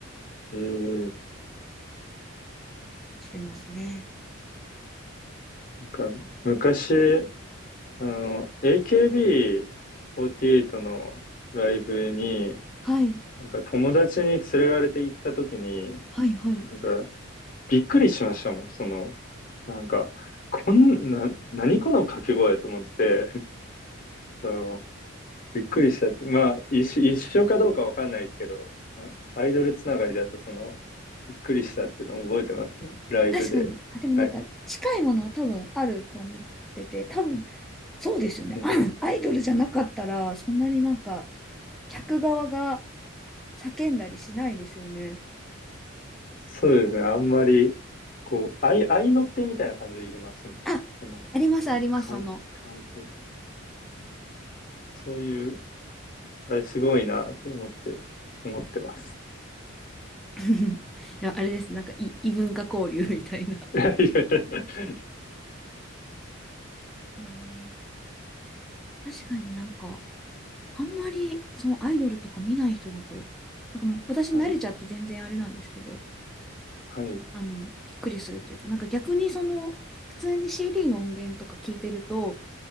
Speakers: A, on the left; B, in the centre.
A: ええ
B: してますね。
A: なんか、昔、あの、AKB48 のライブに、
B: はい、
A: なんか友達に連れられて行った時に、
B: はい、はい。
A: なんかびっくりしましたもん、その、なんか、こんな、何この掛け声と思って、あの、びっくりしたって。まあ、一緒、一緒かどうかわかんないですけど、まあアイドルつながりだとその、びっくりしたっていうのを覚えてますね。ライブで。
B: 確かに。あ、でもなんか近いものは多分あると思ってて、
A: はい。
B: 多分そうですよね。
A: うん
B: あアイドルじゃなかったら、そんなになんか客側が叫んだりしないですよね。
A: そうですね。あんまり、こう、愛、愛の手みたいな感じで入れますもんね。
B: あ、
A: その、
B: あります、
A: あれ、
B: あります、
A: 感、
B: その。
A: 感性って。そういう、あれすごいなって思って、思ってます。
B: <laughs> いや、あれです。なんか異、異文化交流みたいな。
A: <laughs> はい、
B: えー、確かになんか、あんまりそのアイドルとか見ない人だと、なんかもう私慣れちゃって全然あれなんですけど、
A: はい、はい、
B: あの、びっくりするというか、なんか逆にその、普通に CD の音源とか聞いてると、